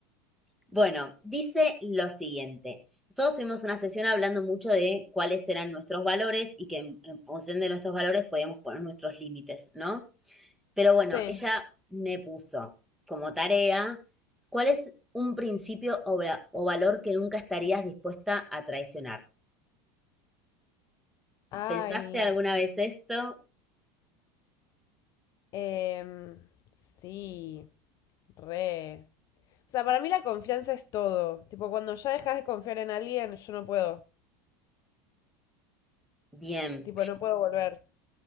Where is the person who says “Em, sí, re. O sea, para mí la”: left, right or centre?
Left